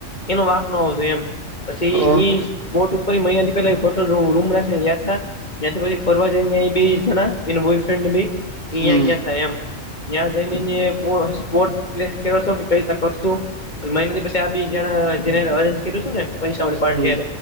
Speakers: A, on the left; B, on the right.
A: એનું વાંકનો આવો જોઈ એમ. પછી
B: હા
A: બોટ ઉપર મહિનાથી પેલા હોટલપર રૂમ રાખીને રહ્યા યાદ ત્યાંથી પછી ફરવા બે જણા બોયફ્રેડ બેય
B: હમ
A: ન્યા ગયાતા એમ. ત્યાં જઈને સ્પોર્ટપ્લેસ કંઈ રીતે કરશું. મહિનાથી પછી આ બે જણા જે અરેન્જ કર્યું છે, ને પૈસાવાળી પાર્ટી
B: હમ